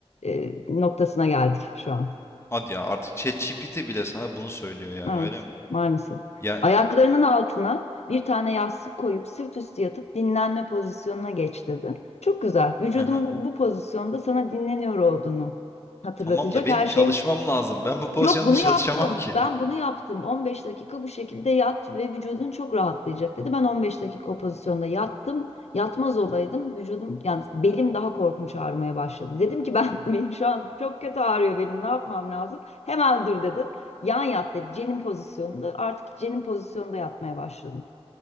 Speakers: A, on the left; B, on the left.
A: e, noktasına geldik şu an.
B: Hadi ya artık ChatGPT bile sana bunu söylüyor yani
A: Evet,
B: öyle mi?
A: maalesef.
B: Ya
A: Ayaklarının altına bir tane yastık koyup sırt üstü yatıp dinlenme pozisyonuna geç dedi. Çok güzel. Vücudun
B: Aha.
A: bu, bu pozisyonda sana dinleniyor olduğunu hatırlatacak
B: Tamam da benim
A: her
B: çalışmam
A: şeyin
B: lazım. Ben bu pozisyonda
A: Yok bunu
B: çalışamam
A: yaptım.
B: ki.
A: Ben bunu yaptım. 15 dakika bu şekilde yat ve vücudun çok rahatlayacak dedi. Ben 15 dakika o pozisyonda yattım. Yatmaz olaydım. Vücudum yani belim daha korkunç ağrımaya başladı. Dedim ki ben <laughs> benim şu an çok kötü ağrıyor benim. Ne yapmam lazım? Hemen dur dedi. Yan yat dedi. Cenin pozisyonunda. Artık cenin pozisyonunda yatmaya başladım.